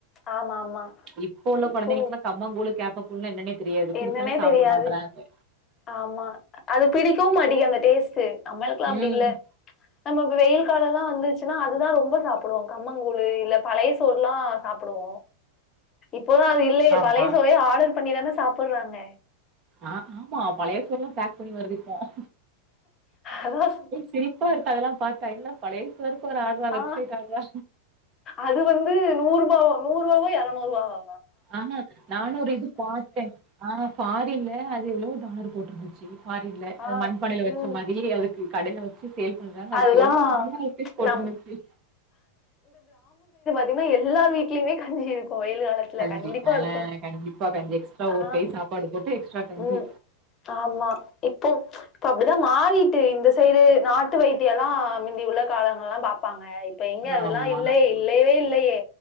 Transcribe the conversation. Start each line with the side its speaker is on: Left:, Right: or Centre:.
Left: ஆமா ஆமா
Right: இப்ப உள்ள கொழந்தைங்களுக்லா
Left: இப்போ
Right: கம்மங்க கூழு கேப்ப கூழ்ன்ன என்னன்னே தெரியாது குடுத்தாலு
Left: என்னன்னே
Right: சாப்பிட
Left: தெரியாது
Right: மாட்றாங்க
Left: ஆமா அது பிடிக்கவு மாட்டீக்கு அந்த டேஸ்ட்டு நம்மல்க்லா அப்டி
Right: ம்
Left: இல்ல நம்ம வ வெயில் காலல்லா வந்துச்சுன்னா அதுதா ரொம்ப சாப்புடுவோ கம்மங்கூழு இல்ல பழைய சோறுலா சாப்புடுவோ இப்போதா அது இல்லைய
Right: ஆமா
Left: பழைய சோரைய ஆடர் பண்ணிதா சாப்புற்றாங்க
Right: ஆ ஆமா பழைய சோறுலா பேக் பண்ணி வருது இப்ப
Left: அதா
Right: சிரிப்பா இருக்கு அதெல்லா பாத்தா என்னடா பழைய சோறுக்கு ஒரு ஆட்ரா வெப்சைட்
Left: ஆ
Right: ஆட்ரா.
Left: அது வந்து நூறுபா நூறுபாவா எறநூருபாவா
Right: ஆமா நானு ஒரு இது பாத்தே ஆ ஃபாரின்ல அது எவ்ளோ டாலரு போட்ருந்து ச்சு ஃபாரின்ல அத்
Left: ஆ
Right: மண்ப்பானையில வெச்ச
Left: ம்
Right: மாரி அதுக்கு கடய வ வெச்சு சேல் பண்றாங்க அதுக்கு
Left: அதெல்லாம்
Right: எவ்ளோ <unintelligible> ரூப்பீஸ் போட்ருந்துச்சு
Left: நம் ன்னா எல்லா வீட்லேயுமே கஞ்சி இருக்கு இப்போ வெயில் காலத்துல
Right: கஞ்சி
Left: கண்டிப்பா
Right: ஆ
Left: இருக்கு
Right: கண்டிப்பா கஞ்சி எக்ஸ்ட்ரா
Left: ஆ
Right: ஒரு கை சாப்பாடு போட்டு எக்ஸ்ட்ரா கஞ்சி.
Left: ம் ஆமா இப்போ இப்போ அப்டித்தா மாறிட்டு இந்த சைடு நாட்டு வைத்தியெல்லா மிந்தி உள்ள காலங்கல்லா பாப்பாங்க இப்ப எங்க அதெல்லா
Right: ஆமா.
Left: இல்லையே இல்லவே இல்லையே